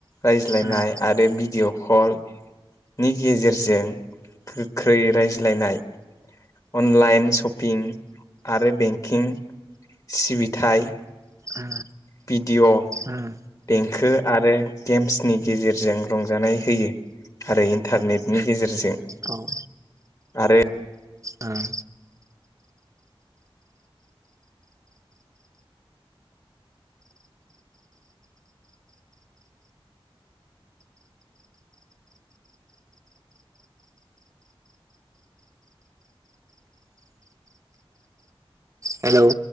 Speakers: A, on the left; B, on the right.
A: रायज्लायनाय
B: उम
A: आरो बि भिडिय' कलनि गेजेरजों गोख्रै रायज्लायनाय अनलाइन शपिं आरो बेंकिं सिबिथाय
B: उम
A: भिडिअ
B: उम
A: देंखो आरो गेम्सनि गेजेरजों रंजानाय होयो आरो इन्टारनेटनि गेजेरजों
B: औ
A: आरो
B: उम हेलौ